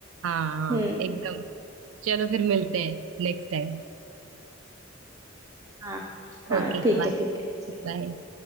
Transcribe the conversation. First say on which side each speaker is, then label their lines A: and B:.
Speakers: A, on the right; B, on the right.
A: हाँ
B: हम्म
A: हाँ एकदम चलो फिर मिलते हैं next time
B: हाँ हाँ
A: Okay
B: ठीक
A: bye
B: है ठीक है
A: Bye